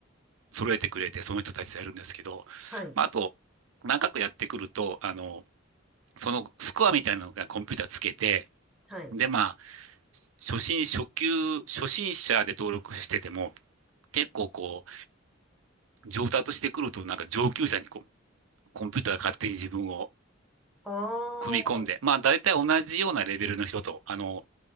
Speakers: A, on the right (about 80°); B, in the centre.
A: 揃えてくれて、その人たちとやるんですけど、
B: はい、
A: まあ、あと、長くやってくると、あの、そのスコアみたいなのがコンピューターつけて、
B: はい。
A: で、まあ、初心、初級、初心者で登録してても、結構こう、上達してくると、なんか上級者にこう、コンピューターが勝手に自分を
B: あ
A: 組み込んで、
B: あ、
A: まあ、大体同じようなレベルの人と、あの、